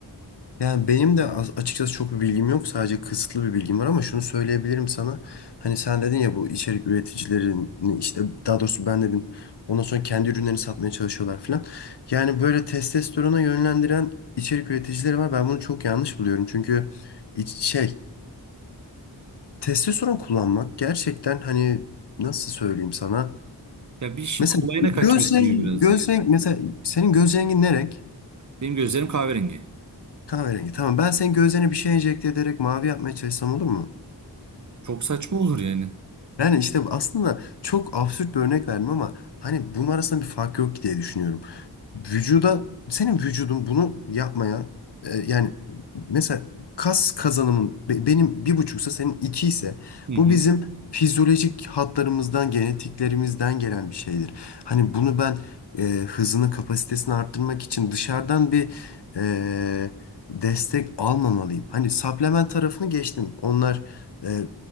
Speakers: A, on the left; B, on the right.
A: Yani benim de az- açıkçası çok bir bilgim yok. Sadece kısıtlı bir bilgim var ama şunu söyleyebilirim sana. Hani sen dedin ya bu içerik üreticilerini işte daha doğrusu ben dedim. Ondan sonra kendi ürünlerini satmaya çalışıyorlar falan. Yani böyle testosterona yönlendiren içerik üreticileri var. Ben bunu çok yanlış buluyorum. Çünkü iç- şey testosteron kullanmak gerçekten hani nasıl söyleyeyim sana?
B: Ya bir işin
A: Mesela
B: kolayına
A: göz
B: kaçmak
A: rengi,
B: gibi biraz
A: göz
B: da.
A: rengi mesela senin göz rengin ne renk?
B: Benim gözlerim kahverengi.
A: Kahverengi. Tamam ben senin gözlerine bir şey enjekte ederek mavi yapmaya çalışsam olur mu?
B: Çok saçma olur yani.
A: Yani işte aslında çok absürt bir örnek verdim ama hani bunun arasında bir fark yok diye düşünüyorum. Vücuda, senin vücudun bunu yapmaya e, yani mesela kas kazanımın be- benim bir buçuksa senin iki ise
B: Hı hı.
A: bu bizim fizyolojik hatlarımızdan, genetiklerimizden gelen bir şeydir. Hani bunu ben e, hızını, kapasitesini arttırmak için dışarıdan bir e, destek almamalıyım. Hani supplement tarafını geçtim. Onlar e,